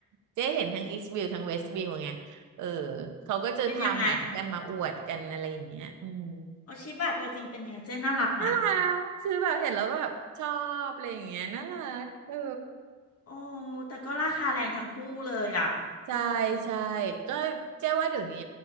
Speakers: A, on the right (about 75°); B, on the left (about 50°).
A: เจ๊เห็นทั้งอีสต์วิวทั้งเวสต์วิวไงเออเขาก็จะพาหมากันมาอวดกันอะไรอย่างเงี้ยอืม
B: เป็นยังไงอ่ะอ๋อชิบะตัวจริงเป็นไงเจ๊น่ารักมะ
A: น่ารักคือแบบเห็นแล้วแบบชอบอะไรอย่างเงี้ยน่ารักเออ
B: โอ้แต่ก็ราคาแรงทั้งคู่เลยอ่ะอืม
A: ใช่ใช่ก็เจ๊ว่าเดี๋ยวนี้